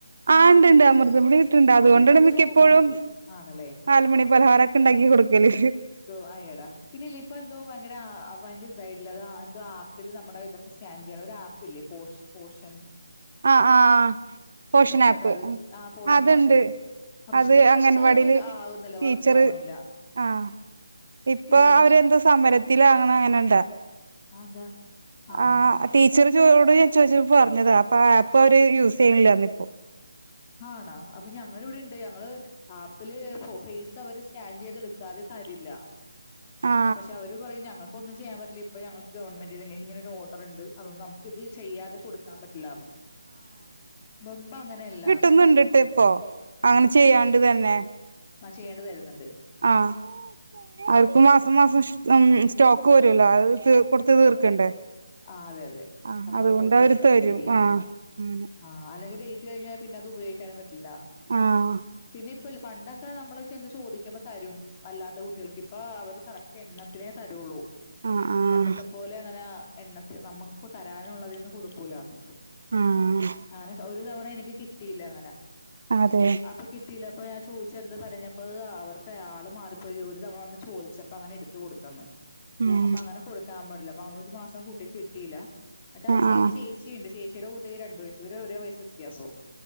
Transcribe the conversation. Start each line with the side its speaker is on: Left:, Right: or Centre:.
Right: ആ ഇണ്ട്ണ്ട് അമൃതംപൊടി ക്ട്ട്ട്ണ്ട് അതുകൊണ്ടാണ്
Left: അതിപ്പോ എന്തോ
Right: മിക്കപ്പോഴും
Left: പുതിയ ആണല്ലേ
Right: നാലുമണി പലഹാരൊക് ക്ക്ണ്ടാക്കിക്കൊട്ക്കല്
Left: വാങ്ങിയെടാ പിന്നില്ലിപ്പെന്തോ ഭയങ്കര ഭയങ്കര ഇതായിട്ടുള്ള അത് എന്തോ ആപ്പില് നമ്മുടെ ഇതൊക്കെ സ്കാൻ ചെയ്യണം ഒരു ആപ്പില്ലേ പോഷ് പോഷൺ
Right: ആ ആ പോഷണാപ്പ്
Left: നിങ്ങൾക്ക് ഉണ്ടോ അത്
Right: ആ
Left: പോഷൻ
Right: ആ അത്ണ്ട്
Left: ആപ്പില് അപ്പൊ പക്ഷെ
Right: അത്
Left: ചിലവർക്കത്
Right: അംഗൻവാടില്
Left: ആകുന്നില്ല
Right: ടീച്ചറ്
Left: വർക്ക് ആവണില്ല
Right: ആ ഇപ്പൊ
Left: ഇല്ലേ
Right: അവരെന്തോ സമരത്തിലോ <unintelligible>
Left: അതെന്താ ആണോ
Right: ആ ടീച്ചറ് ജോയോട് ഞാൻ ചോയ്ച്ചപ്പൊ പറഞ്ഞതാ ഇപ്പൊ ആ ആപ്പവര് യൂസെയ്യ്ണില്ലാർ ഞ്ഞു പ്പൊ
Left: ആണോ അപ്പൊ ഞങ്ങള് വിടീണ്ട് എന്തെയ്യ ഞങ്ങള് ആപ്പില് ഫോ ഫെയ്സവര് സ്കാൻ ചെയ്തെട്ക്കാതെ തരില്ല
Right: ആ
Left: പക്ഷേ അവര് പറയും ഞങ്ങൾ ക്കൊന്നും ചെയ്യാൻ പറ്റില്ലിപ്പോ ഞങ്ങക്ക് ഗവൺമെന്റിന് ഇങ്ങനൊരോഡറ്ണ്ട് അതുകൊണ്ട് നമുക്കിത് ചെയ്യാതെ കൊടുക്കാൻ പറ്റില്ലാന്ന് മുമ്പങ്ങനെയല്ലാന്ന്
Right: ക് ട്ട്ന്ന്ണ്ട്ട്ടിപ്പൊ അങ്ങനെ ചെയ്യാണ്ട് തന്നെ
Left: ആ ചെയ്യാണ്ട് തര്ന്ന്ണ്ട്
Right: ആഹ് അവര്ക്ക് മാസം മാസം സ് ഉം സ്റ്റോക്ക് വരുഅല്ലോ അത് കൊട്ത്ത് തീർക്കണ്ടേ
Left: ആ അതെ അതെ
Right: ആഹ്
Left: അപ്പത്
Right: അതുകൊണ്ട്
Left: കൊട്ത്ത്
Right: അവര്
Left: തീർക്കണം
Right: തരും
Left: ശെരിയാ
Right: ആഹ് അങ്ങനെ
Left: ആ അല്ലെങ്കി ഡേറ്റ് കഴിഞ്ഞാ പിന്നത് ഉപയോഗിക്കാനും പറ്റില്ല
Right: ആഹ്
Left: പിന്നിപ് പണ്ടൊക്കെ നമ്മള് ചെന്ന് ചോദിക്കുമ്പ തരും അല്ലാത്ത കുട്ടികൾക്ക് ഇപ്പവര് കറക്റ്റ് എണ്ണത്തിനേ തരുള്ളൂ
Right: ആഹ് ആഹ്
Left: പണ്ടത്തെപ്പോലെ അങ്ങനാ എണ്ണത്തി നമുക്ക് തരാനുള്ളതിന്ന് കൊട്ക്കൂലാന്നോ
Right: ആഹ്
Left: അങ്ങനെ ഒരു തവണ എനിക്ക് കിട്ടിയില്ലങ്ങനെ
Right: അതെയ
Left: അപ്പൊ കിട്ടിയില്ല അപ്പ ഞാൻ ചോയിച്ചെന്താ പറഞ്ഞെ അപ്പ അത് അവർക്കെ ആള് മാറിപ്പോയി ഒരു തവണ വന്ന് ചോദിച്ചപ്പങ്ങനെ എട് ത്ത് കൊട്ത്തെന്ന്
Right: ഉം
Left: അപ്പങ്ങനെ കൊട്ക്കാൻ പാടില്ല അപ്പങ്ങനെ ഒരുമാസം കുട്ടിക്ക് കിട്ടിയില്ല എന്നിട്ടട്ത്തന്നെ
Right: ആഹ് ആഹ്
Left: ചേ ച്ചീണ്ട് ചേച്ചിടെ കുട്ടിക്ക് രണ്ട് വയസ് ഇവരെ ഓരോ വയസ്സ് വ്യത്യാസവും